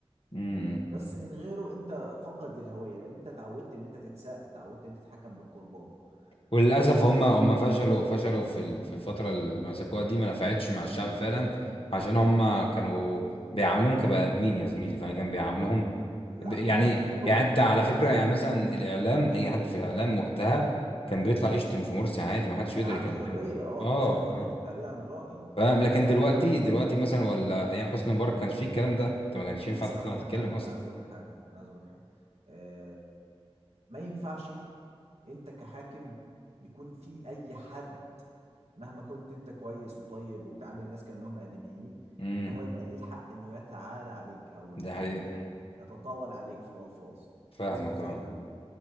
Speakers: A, on the left (about 65°); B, on the right (about 80°).
A: مم.
B: بس من غيره انت فقد للهوية لان انت اتعودت ان انت تتساق اتعودت ان انت تتحكم بالكرباج
A: وللأسف
B: آه،
A: هم هم فشلوا فشلوا في ال- في الفترة اللي مسكوها دي ما نفعتش مع الشعب فعلا عشان هم كانوا بيعاملوهم كبني آدمين يا زميلي فاهم كان بيعاملوهم
B: كانوا لا
A: ب- يعني
B: كانوا كيوت قوي
A: يعني انت على فكرة يعني مثلا الإعلام أي حد في الإعلام وقتها كان بيطلع
B: مم.
A: يشتم في مرسي عادي ما حدش
B: كان
A: يقدر
B: عنده
A: يكلمه
B: حرية اه
A: اه
B: كان سايب حرية
A: فاهم
B: التعبير عن الرأي
A: فاهم لكن دلوقتي دلوقتي مثلا ولا أيام حسني مبارك كانش فيه الكلام ده انت ما كانش ينفع
B: بس
A: تطلع
B: انا عايز اقول
A: تتكلم
B: لك حاجه
A: أصلا
B: انا عايز اقول لك حاجه انا عايز اقول لك حاجه آه ما ينفعش انت كحاكم يكون في اي حد مهما كنت انت كويس وطيب وبتعامل الناس كانهم ادميين
A: امم
B: ان هو يبقى ليه الحق انه يتعالى عليك او يعني
A: ده حقيقي
B: يتطاول عليك في الالفاظ
A: فاهمك
B: لازم يبقى في
A: اه
B: حدود